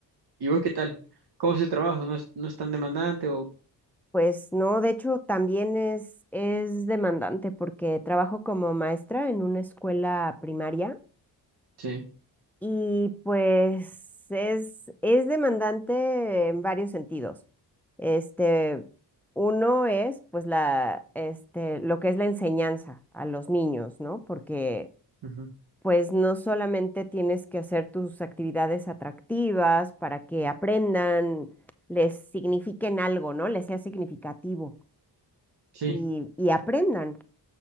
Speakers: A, on the right; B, in the centre.
A: ¿Y vos qué tal? ¿Cómo es el trabajo? ¿No es, no es tan demandante o...?
B: Pues no, de hecho también es, es demandante porque trabajo como maestra en una escuela primaria
A: Sí,
B: Y pues es, es demandante en varios sentidos. Este, uno es pues la, este, lo que es la enseñanza a los niños, ¿no? Porque
A: ujú,
B: pues no solamente tienes que hacer tus actividades atractivas para que aprendan, les signifiquen algo, ¿no? Les sea significativo
A: sí,
B: y, y aprendan